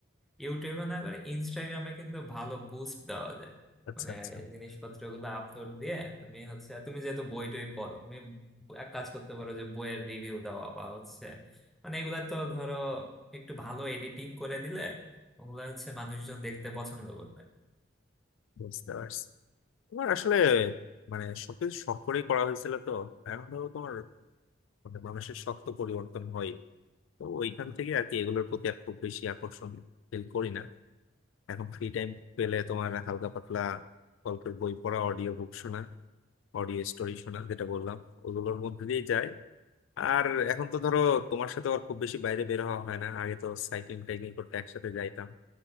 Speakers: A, in the centre; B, on the left.
A: ইউটিউবে না করে ইনস্টাগ্রামে কিন্তু ভালো বুস্ট দেওয়া যায়
B: আচ্ছা
A: মানে
B: আচ্ছা
A: জিনিসপত্র গুলো আপলোড দিয়ে তুমি হচ্ছে তুমি যেহেতু বই টই পড়ো তুমি এক কাজ করতে পারো যে বইয়ের রিভিউ দেওয়া বা হচ্ছে মানে এগুলা তো ধরো একটু ভালো এডিটিং করে দিলে ওগুলা হচ্ছে মানুষজন দেখতে পছন্দ করবে
B: বুঝতে পারছি তোমার আসলে মানে সবকিছু শখ করেই করা হয়েছিল তো এখন ধরো তোমার মানে মানুষের শখ তো পরিবর্তন হয় তো ওইখান থেকে আর কি এগুলোর প্রতি আর খুব বেশি আকর্ষণ ফিল করি না এখন ফ্রি টাইম পেলে তোমার হালকা পাতলা গল্পের বই পড়া অডিও বুক শোনা অডিও স্টোরি শোনা যেটা বললাম ওগুলোর মধ্যে দিয়ে যায় আর এখন তো ধরো তোমার সাথে আর খুব বেশি বাইরে বের হওয়া হয় না আগে তো সাইক্লিং টাইক্লিং করতে একসাথে যাইতাম